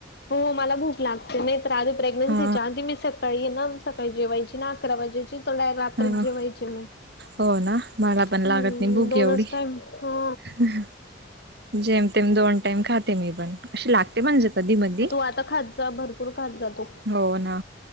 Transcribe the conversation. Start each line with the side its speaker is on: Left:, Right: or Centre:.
Left: हो मला भूक लागते नाही तर आधी प्रेग्न्सीच्या
Right: हा
Left: आधी मी सक सकाळी ना सकाळी जेवायची ना अकरा वाजायची तर रात्री
Right: हा
Left: जेवायचे मी.
Right: हो ना मला
Left: हम्म
Right: पण लागत नाही भूक
Left: दोनच
Right: एवढी.
Left: टाइम हा
Right: हम जेम तेम दोन टाईम खाते मी पण, तशी लागते म्हणजे कधी मधी
Left: म आता खात ज जा भरपूर खात जा तू.
Right: हो ना.